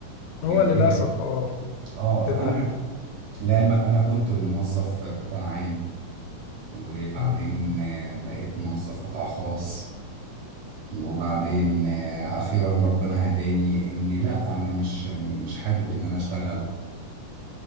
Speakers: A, on the left; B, on the right.
A: هو
B: هي
A: للأسف
B: هي
A: اه
B: اه
A: بتبقى
B: انا
A: ال-
B: لعلمك انا كنت موظف قطاع عام وبعدين
A: مم.
B: آه، بقيت موظف قطاع خاص وبعدين آه، اخيرا ربنا هداني ان لا انا مش مش حابب ان انا اشتغل